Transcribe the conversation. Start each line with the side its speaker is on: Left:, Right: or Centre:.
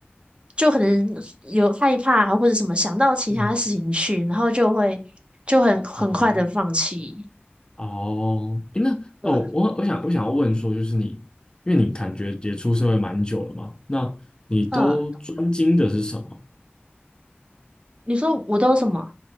Right: 就可能有害怕啊或者什么想到其他事情去，
Left: 嗯
Right: 然后就会就很很快的放弃。
Left: 啊。哦，诶那哦，
Right: 对，
Left: 我我想我想要问说，就是你，因为你感觉也出社会蛮久了嘛，那你都专精的是什么？
Right: 嗯，你说我都什么？